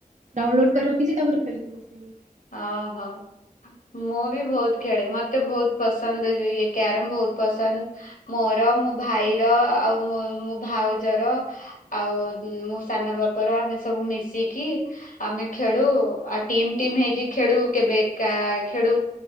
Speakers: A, on the right; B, on the left.
A: ଡାଉନଲୋଡ କରି ରଖିଛି ତାପରେ ଖେଳିଥିବି ବସିକି।
B: ଅହୋ। ମୁଁ ବି ବହୁତ ଖେଳେ। ମତେ ବହୁତ ପସନ୍ଦ ଯୋଉ ଇଏ କ୍ୟାରମ ବହୁତ ପସନ୍ଦ ମୋ ମୋର ମୋ ଭାଇର ଆଉ ମୋ ମୋ ଭାଉଜର, ଆଉ ମୁଁ ସାନ ବାପର ର ଆମେ ସବୁ ମିଶିକି ଆମେ ଖେଡୁ। ଆ ଟି ଟିମ ହେଇକି ଖେଡୁ। କେବେ ଏକା ଖେଡୁ